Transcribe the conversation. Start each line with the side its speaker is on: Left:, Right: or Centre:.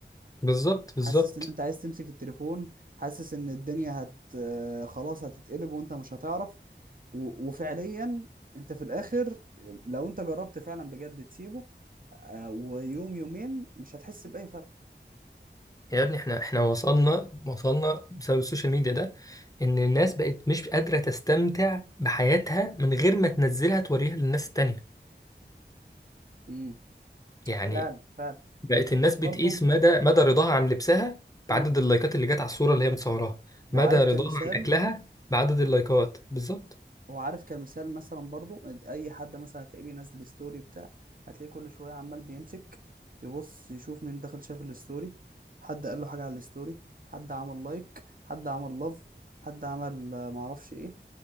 Left: بالظبط بالظبط
Right: حاسس ان انت عايز تمسك التليفون حاسس ان الدنيا هت آه، خلاص هتتقلب وانت مش هتعرف و... وفعليا انت في الاخر لو انت جربت فعلا بجد تسيبه آه، ويوم يومين مش هتحس بأي فرق
Left: يا ابني احنا احنا وصلنا وصلنا بسبب السوشيال ميديا ده ان الناس بقت مش قادرة تستمتع بحياتها من غير ما تنزلها توريها للناس التانية
Right: امم
Left: يعني
Right: فعلا فعلا
Left: بقت
Right: و-
Left: الناس
Right: وبرضه
Left: بتقيس مدى مدى رضاها عن لبسها
Right: مم.
Left: بعدد اللايكات اللي جت على الصورة اللي هي متصوراها
Right: وعارف
Left: مدى رضاها
Right: كمثال
Left: عن اكلها بعدد اللايكات بالظبط
Right: هو عارف كمثال مثلا برضو اي حد مثلا هتلاقيه بينزل ستوري بتاع هتلاقيه كل شويه عمال بيمسك يبص يشوف مين دخل شاف الستوري حد قال له حاجه على الستوري حد عمل لايك حد عمل لاف حد عمل آه، معرفش ايه